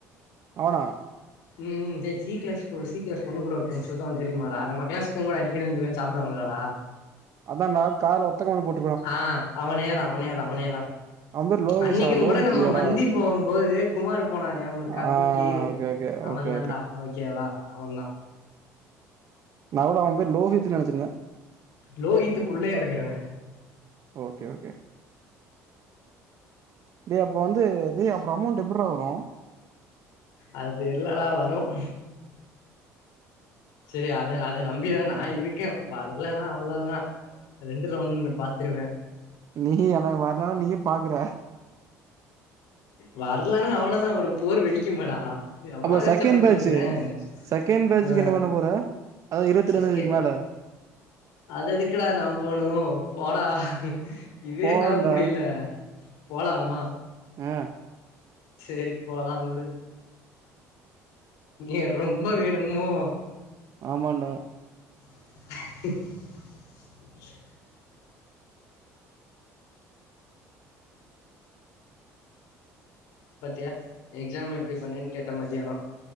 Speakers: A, on the right (about 50°); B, on the left (about 85°).
A: அவனா
B: ம் சி கிளாஸ் சி கிளாஸ் பொண்ணு கூட ஒருத்தன் சுத்தவான் தெரியமாடா நம் கிளாஸு கூட அடிக்கடின்னு சாப்படுவாங்களாடா
A: அதன் டா காதுல ஒத்த கம்மல் போட்டு
B: ஆ அவனே அவனே தான் அவனே தான்
A: அவ பேரு லோகேஷா
B: அன்னைக்கும்
A: லோஹித்
B: கூட நம்ம
A: இல்லையாடா
B: மந்தி போகும் போது குமார் போனா ஞாபகம் இருக்கா
A: ஆ
B: குக்கி
A: ஓகே ஓகே
B: அவன்
A: ஓகே
B: தான்டா ஓகேவா அவன் தான்
A: நான கூட அவன் பேர் லோஹியத்து நினைச்சிருந்தேன்
B: லோகித்துக்குள்ளயா இருக்கறவன்
A: ஓகே ஓகே டேய் அப்ப வந்து அப்பறம் அமவுண்ட் எப்ரா வரும்
B: அது தெரிலடா வரும் செரி அது அது நான நம்பிதான் நான இருக்கேன் வர இல்னா அவ்வளவுதான் ரெண்டு ல ஒண்ணு பாத்துருவேன்
A: நீ எனக்கு வரலனா நீயு பாக்குற
B: வரலனா அவ்வளவுதான் ஒரு போர் வெடிக்கும்மாடா எவ்வளோ
A: அப்ப
B: கஷ்டப்பட்டுருக்குறேன்
A: செகண்ட் பேட்ச் செகண்ட் பேட்சுக்கு
B: ஆ
A: என்ன பண்ண போற அதாவது இருவத்தி
B: செக்
A: ரெண்டாந் தேதிக்கு மேல
B: அது எதுக்குடா நான போனும் போடா இதேனால
A: போலான்டா
B: முடியல போலாம்மா
A: ஆ
B: செரி போலாம் விடு நீ ரொம்ப வேணுமோ
A: ஆமாண்டா
B: <unintelligible> பாத்தியா எக்ஸாம் எப்டி பண்ணேன்னு கேட்ட மத்தியானம்